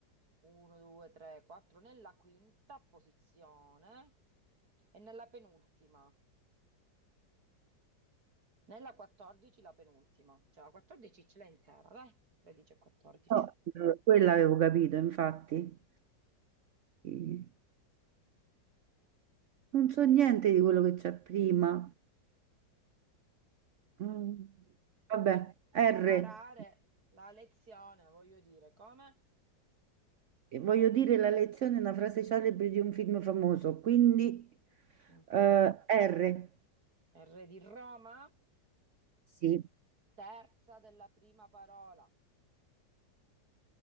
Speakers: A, on the right; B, on the right.
A: 1, 2, 3, 4, nella quinta posizione e nella penultima. Nella 14 la penultima, cioè la 14 ce l'hai intera, dai, 13 e 14.
B: No, eh, quella avevo capito, infatti, Eh, non so niente di quello che c'è prima, Mm, vabbè, R,
A: Arare, la lezione, voglio dire, come?
B: E Voglio dire, la lezione è una frase celebre di un film famoso, quindi
A: Mm.
B: eh, R.
A: R di Roma,
B: Sì,
A: terza della prima parola,